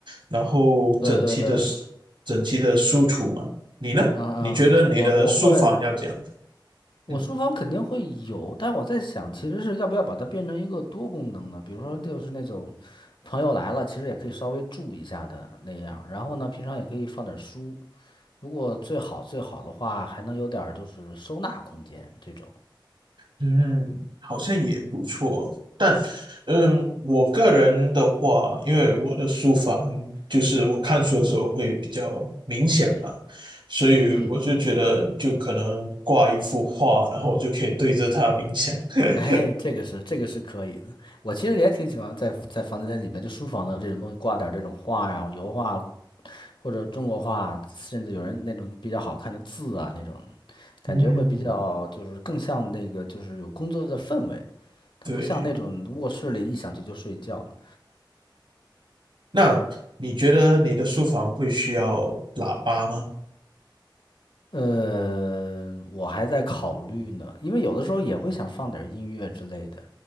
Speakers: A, on the right (about 75°); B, on the left (about 70°).
A: 然后整齐的
B: 对对对。
A: 整齐的书橱嘛。你呢？
B: 嗯嗯嗯，
A: 你觉得你的书房要怎样？
B: 我我会，我书房肯定会有，
A: 嗯。
B: 但我在想，其实是要不要把它变成一个多功能的，比如说就是那种朋友来了，其实也可以稍微住一下的那样。然后呢，平常也可以放点儿书，如果最好最好的话，还能有点儿就是收纳空间这种。
A: 嗯，好像也不错，但，嗯，我个人的话，因为我的书房就是我看书的时候会比较冥想嘛，所以我就觉得就可能挂一幅画，
B: 嗯嗯，
A: 然后我就可以对着它冥想。<laughs>
B: 哎，这个是这个是可以的。我其实也挺喜欢在在房间里面，就书房的这种东西挂点儿这种画呀、油画或者中国画，甚至有人那种比较好看的字啊那种感觉会比较就是更像那个就是有工作的氛围，
A: 嗯，
B: 它不像那种卧室里一响起就睡觉呢。
A: 对。那你觉得你的书房会需要喇叭吗？
B: 呃，我还在考虑呢，因为有的时候也会想放点儿音乐之类的，